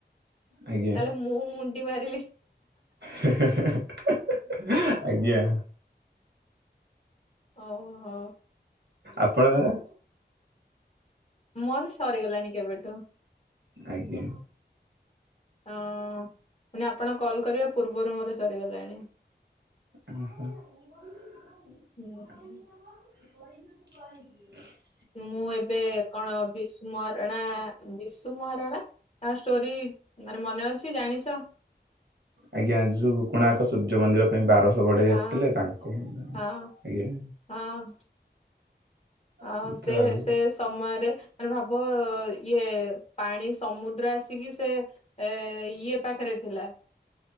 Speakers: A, on the left; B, on the right.
A: ତାହେଲେ
B: ଆଜ୍ଞା
A: ମୁଁ ମୁଣ୍ଡି ମାରିଲି।
B: ହେ ହେ ହେ ଆଜ୍ଞା।
A: ହଉ ହୋ।
B: ଆପଣଙ୍କର
A: ମୋର ସରିଗଲାଣି କେବେଠୁ।
B: ଆଜ୍ଞା।
A: ହଁ ଅ ମାନେ ଆପଣ କଲ୍ କରିବା ପୂର୍ବରୁ ମୋର ସରିଗଲାଣି।
B: ଓ ହୋ। <unintelligible>
A: ହୁଁ। ମୁଁ ଏବେ କଣ ବିସ ମଆରଣା ବିଶୁ ମହାରଣା ତାଙ୍କ ଷ୍ଟୋରି ମାନେ ମନେ ଅଛି ଜାଣିଛ।
B: ଆଜ୍ଞା ଯୋଉ କୋଣାର୍କ ସୂର୍ଯ୍ୟ ମନ୍ଦିର ପାଇଁ ବାରଶହ ବଢ଼େଇ ଆସିଥିଲେ
A: ଆ
B: ତାଙ୍କୁ ଆଜ୍ଞା।
A: ହଁ ହଁ। ଅ
B: ସିଧା
A: ହ ସେ
B: ଆଉ।
A: ସେ ସମୟରେ ମାନେ ଭାବ ଇଏ ପାଣି ସମୁଦ୍ର ଆସିକି ସେ ଏ ଇଏ ପାଖରେ ଥିଲା।